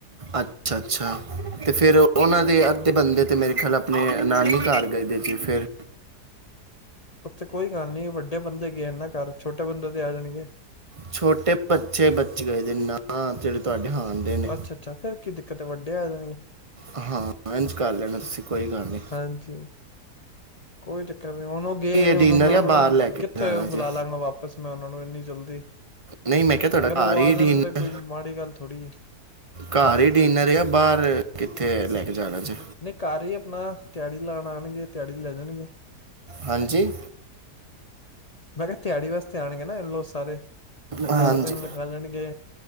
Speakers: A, on the right; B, on the left.
A: ਅੱਛਾ-ਅੱਛਾ। ਤੇ ਫਿਰ ਉਹਨਾਂ ਦੇ ਅੱਧੇ ਬੰਦੇ ਤੇ, ਮੇਰੇ ਖਿਆਲ ਆਪਣੇ ਨਾਨੀ ਘਰ ਗਏ ਦੇ ਜੀ ਫਿਰ
B: ਉੱਥੇ ਕੋਈ ਗੱਲ ਨੀ, ਵੱਡੇ ਬੰਦੇ ਗਏ ਇਹਨਾਂ ਘਰ ਛੋਟੇ ਬੰਦੇ ਆ ਜਾਣਗੇ।
A: ਛੋਟੇ ਬੱਚ-ਬੱਚੇ ਗਏ ਦੇ ਨਾ, ਜਿਹੜੇ ਤੁਹਾਡੇ ਹਾਂ ਦੇ ਨੇ
B: ਅੱਛਾ-ਅੱਛਾ ਫੇਰ ਕੀ ਦਿੱਕਤ ਏ, ਵੱਡੇ ਆ ਜਾਣਗੇ।
A: ਹਾਂ, ਐਂਜ ਕਰ ਲੈਣਾ ਤੁਸੀ ਕੋਈ ਕਰਨ
B: ਹਾਂਜੀ। ਕੋਈ ਚੱਕਰ ਨੀ ਹੁਣ ਉਹ ਗਏ ਨ,
A: ਡਿਨਰ
B: ਹੁਣ ਮੈਂ
A: ਜਾਂ
B: ਉਹਨਾਂ
A: ਬਾਹਰ
B: ਨੂੰ
A: ਲੈ ਕੇ
B: ਕਿੱਥੇ
A: ਜਾਣਾ
B: ਬੁਲਾ
A: ਜੇ
B: ਲਾਂਗਾ ਵਾਪਿਸ, ਮੈਂ ਉਹਨਾਂ ਨੂੰ ਇੰਨੀ ਜਲਦੀ
A: ਨਹੀਂ ਮੈਂ ਕਿਹਾ ਤੁਹਾਡਾ
B: ਅਗਰ ਉਹ
A: ਘਰ ਹੀ
B: ਆ
A: ਡਿਨਰ
B: ਜਾਣ ਤਾਂ, ਕੋਈ ਮਾੜੀ ਗੱਲ ਥੋੜ੍ਹੀ ਏ।
A: ਘਰ ਹੀ ਡਿਨਰ ਆ, ਬਾਹਰ ਕਿੱਥੇ ਲੈ ਜਾਣਾ ਜੇ
B: ਨਹੀਂ ਘਰ ਹੀ ਆਪਣਾ ਦਿਹਾੜੀ ਲਾਉਣ ਆਉਣਗੇ ਦਿਹਾੜੀ ਲੈ ਜਾਣਗੇ
A: ਹਾਂਜੀ
B: ਮੈਂ, ਕਿਹਾ ਤਿਹਾੜੀ ਵਾਸਤੇ ਆਣਗੇ ਨਾ, ਇਂਹ ਲੋਕ ਸਾਰੇ,
A: ਹਾਂਜੀ
B: ਸਾਰਾ ਦਿਨ ਲਗਾ ਲੈਣਗੇ